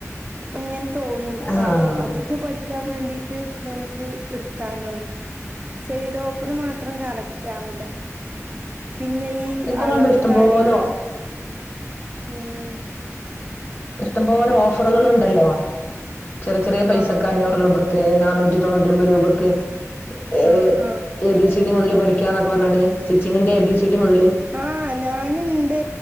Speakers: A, on the right; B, on the left.
A: അപ്പങ്ങനെ തോന്നും
B: ആഹ്
A: വാവോ അതൊന്ന് പഠിക്കാൻവേണ്ടീട്ട് നമുക്ക് ട്ത്താലോന്ന് സൈഡോപ്പണ് മാത്രം കറക്റ്റാവൂല പിന്നെ ഈ
B: ഇപ്പൊ
A: അളവ്
B: കണ്ടോ ഇഷ്ടം
A: കാര്യങ്ങള്
B: പോലെ
A: ഉം
B: ഇഷ്ടംപോലെ ഓഫറുകളുണ്ടല്ലോ ചെറ് ചെറിയ പൈസക്ക്
A: ആഹ്
B: അഞ്ഞൂറ് രൂപ ത്ത് നാനൂറ്റിതൊണ്ണൂറ്റൊമ്പത് രൂപക്ക് ഏഹ്
A: ആ ആ
B: എ ബി സി ടി മുതല് പഠിക്കന്നാക്കാ പറഞ്ഞണ്ട് സ്റ്റിച്ചിങ്ങിന്റെ എ ബി സി ഡി മുതല്
A: ആഹ് ഞാന്ണ്ട്